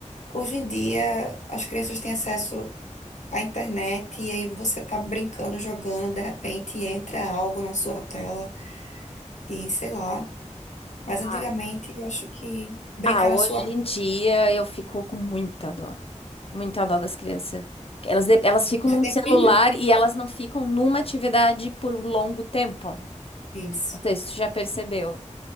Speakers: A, on the left (about 70°); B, on the left (about 50°).
A: Hoje em dia, as crianças têm acesso à internet e aí você tá brincando, jogando, de repente entra algo na sua tela e sei lá. Mas antigamente,
B: Ah,
A: eu acho que brincar
B: Ah, hoje
A: na sua.
B: em dia eu fico com muita dó, muita dó das crianças. Elas, de- elas ficam
A: Você
B: num
A: tem
B: celular
A: filho?
B: e elas não ficam numa atividade por um longo tempo.
A: Isso,
B: Não sei se tu já percebeu.